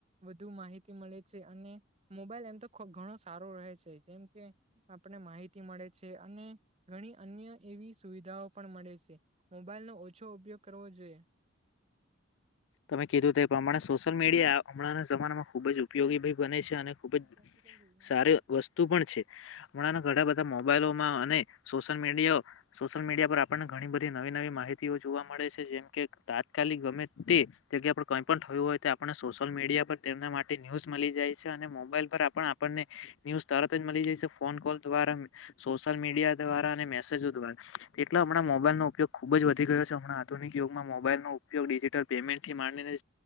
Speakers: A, on the right (about 30°); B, on the left (about 65°).
A: વધુ માહિતી મળે છે અને મોબાઈલ એમ તો ઘણો સારો રહે છે. જેમ કે આપ ને માહિતી મળે છે અને ઘણી અન્ય એવી સુવિધાઓ પણ મળે છે. મોબાઈલનો ઓછો ઉપયોગ કરવો જોઈએ.
B: તમે કીધું તે પ્રમાણે સોશિયલ મીડિયા હમણાં જમાનામાં ખુબ જ ઉપયોગી ભી બને છે અને ખુબ જ
A: જેથી
B: સારી વસ્તુ પણ છે. હમણાં ઘણા બધા મોબાઈલોમાં અને સોશિયલ મીડિયાઓ સોશિયલ મીડિયા પર આપણને ઘણી બધી નવી નવી માહિતીઓ જોવા મળે છે. જેમ કે તાત કાલી ગમે તે જગ્યા પણ કઈ પણ થયું હોય તો આપણને સોશિયલ મીડિયા પર તેમના માટે ન્યૂઝ મળી જાય છે મોબાઈલ પર આપણ આપણને ન્યુઝ તરત જ મળી જશે ફોન કોલ દ્વારા સોશિયલ મીડિયા દ્વાર રા ને મેસેઝો દ્વારા. એટલે હમણાં મોબાઈલનો ઉપયોગ ખુબ જ વધી ગયો છે હમણા આધુનિક યુગમાં મોબાઈલનો ઉપયોગ ડિજિટલ પેમેન્ટ થી માંડીને